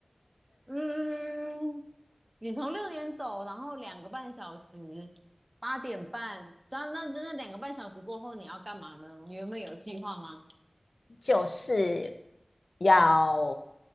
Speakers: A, on the right; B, on the left.
A: 嗯，你从六点走，然后两个半小时，八点半，那那那两个半小时过后你要干嘛呢？你原本有计划吗？
B: <laughs> 就是要